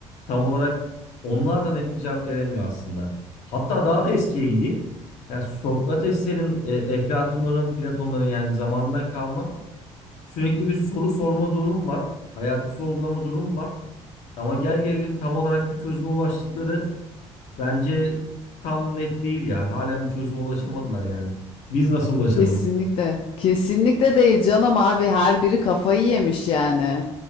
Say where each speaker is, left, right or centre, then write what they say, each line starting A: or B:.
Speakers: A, on the left (about 75°); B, on the left (about 50°).
A: tam olarak onlar da net bir cevap veremiyor aslında. Hatta daha da eskiye gideyim. Yani Sokrateslerin, e, Eflatunların, Platonların yani zamandan kalma Sürekli bir soru sorma durum var. Hayatı sorgulama durum var. Ama gel gelelim tam olarak bir çözüme ulaştıkları bence tam net değil ya. Halen bir çözüme ulaşamadılar yani. Biz nasıl ulaşalım?
B: Kesinlikle. Kesinlikle değil canım abi. Her biri kafayı yemiş yani.